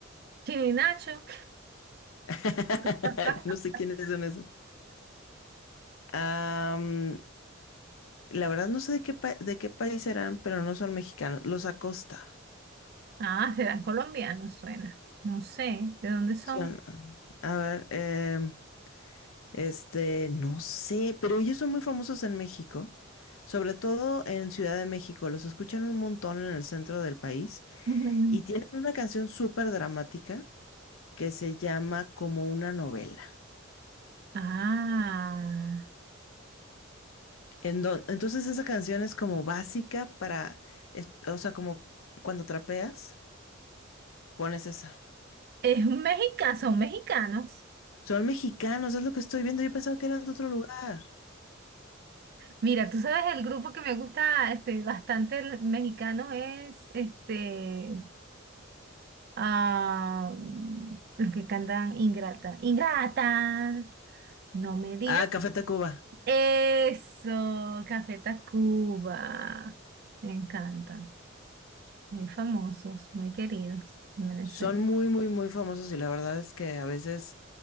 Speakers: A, on the right; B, on the left.
A: Chino y Nacho.
B: <laughs>
A: <laughs>
B: no sé quiénes son esos. Am, la verdad no sé de qué, pa- de qué país serán, pero no son mexicanos. Los Acosta.
A: Ah, serán colombianos, suena. No sé, ¿de dónde son?
B: Son, a ver, em, Este, no sé, pero ellos son muy famosos en México, sobre todo en Ciudad de México. Los escuchan un montón en el centro del país
A: Ujú.
B: y tienen una canción súper dramática que se llama Como una novela.
A: Ah,
B: En don- entonces esa canción es como básica para, es- o sea, como cuando trapeas, pones esa.
A: es un mexica, son mexicanos.
B: Son mexicanos, es lo que estoy viendo. Yo pensaba que eran de otro lugar.
A: Mira, tú sabes, el grupo que me gusta este, bastante el mexicano es este, ah, los que cantan Ingrata. Ingrata, no me digas
B: Ah, Café Tacuba.
A: eso, Café Tacuba. Me encanta. Muy famosos, muy queridos en Venezuela.
B: Son muy, muy, muy famosos y la verdad es que a veces,